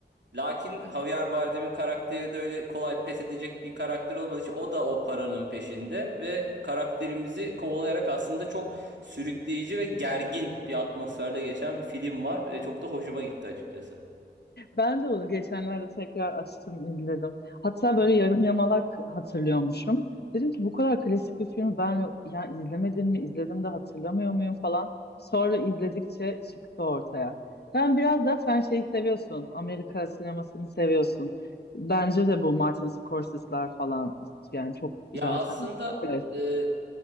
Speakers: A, on the right (about 75°); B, on the left (about 65°).
A: Lakin Javier Bardem'in karakteri de öyle kolay pes edecek bir karakter olmadığı için o da o paranın peşinde ve karakterimizi kovalayarak aslında çok sürükleyici ve gergin bir atmosferde geçen bir film var. E, çok da hoşuma gitti açıkçası.
B: Ben de onu geçenlerde tekrar açtım, izledim. Hatta böyle yarım yamalak hatırlıyormuşum. Dedim ki bu kadar klasik bir filmi ben ya izlemedim mi, izledim de hatırlamıyor muyum falan. Sonra izledikçe çıktı ortaya. Ben biraz da sen şeyi seviyorsun, Amerika sinemasını seviyorsun. Bence de bu Martin Scorsese'ler falan yani çok
A: Ya
B: zaten
A: aslında
B: klasik.
A: e,